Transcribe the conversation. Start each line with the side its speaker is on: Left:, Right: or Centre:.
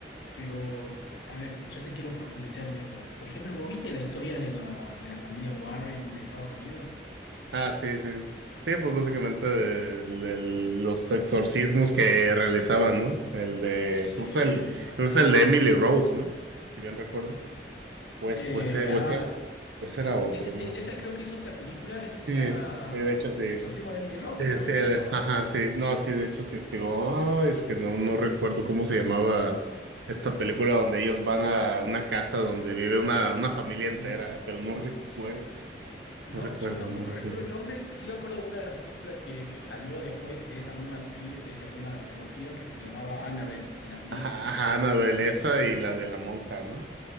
Left: Pero, a ver, yo te quiero profundizar en esto. Por ejemplo, ¿vos viste la historia de la, de la familia Warren de Estados Unidos?
Right: Ah, sí, sí. Sí, pues básicamente el- el- los exorcismos que realizaban, ¿no? El de,
Left: Sí.
Right: creo que es el, creo que es el de Emily Rose, ¿no? Si bien recuerdo. Pues,
Left: Eh,
Right: pues, eh,
Left: ah,
Right: pues, era- pues era otro,
Left: Ese-
Right: ¿no?
Left: e- esa creo que es otra película, ese se
Right: Sí
Left: llama
Right: es, sí, de hecho sí
Left: El
Right: es.
Left: exorcismo de Emily Rose,
Right: Sí,
Left: justamente
Right: sí, el-
Left: se llama,
Right: ajá,
Left: ¿verdad?
Right: sí. No, sí, de hecho sí. Te Digo, "Ay, es que no, no recuerdo cómo se llamaba esta película donde ellos van a una casa donde vive una, una familia
Left: Sí,
Right: entera, pero no recuerdo.
Left: sí. No,
Right: No recuerdo,
Left: yo tampoco
Right: no recuerdo.
Left: recuerdo el nombre, sí me acuerdo de una de las películas que, que salió después de esa misma tri- de esa misma trilogía que se llamaba Annabelle, de la muñeca.
Right: Ajá, ajá, Annabelle, esa y la de la monja, ¿no?